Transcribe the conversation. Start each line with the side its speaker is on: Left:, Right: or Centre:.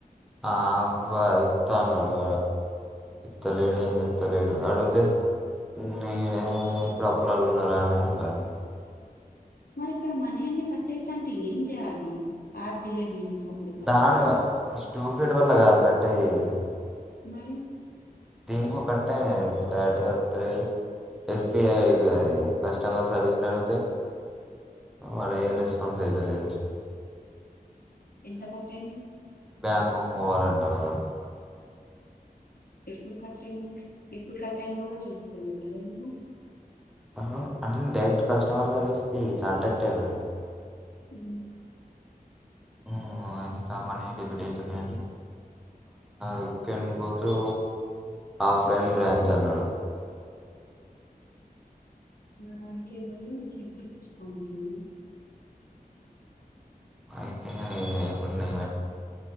Centre: అవబ ఇత్త అన్నారు ఇత్తలేడు ఏం చెత్తలేడు అడిగితే నేనే ఇప్పుడు అప్పులళు ఉన్నారా అనే అంటాను
Left: మరి ఇక్కడ మనల్ కట్టాయిత అంత ఏం చేయాలి అప్ డిలీట్ చేసేసి అప్పుడేక
Centre: దానివద స్టోవ్ గ్రేట్ వల్ల కాదు కట్ట అయ్యేది
Left: మరి
Centre: దీంకు కట్టయి క్లారిటీ గా చేపట్లేదు S B I customer service నతే వాల్ ఏ రెస్పాన్స్ అయతే లేదు
Left: ఎంత కట్టయింది
Centre: బ్యాంకు పోవాలంటా ఉన్నాడు
Left: ఎపుడు కాటా అయిందో ఏప్పుడు కాటయిడు కూడతెలతలేదు ను
Centre: హలో అంటే డైరెక్ట్ కస్టమర్ సర్వీస్కి కాంటాక్ట్ అయ్యాను
Left: మ్మ్
Centre: మ్మ్ అయితే మనీ డెబిట్ అవుతున్నాయండి you can go through offline branch అన్నాడు
Left: వాడికే <unintelligible>
Centre: అయితే ఇప్పుడు నే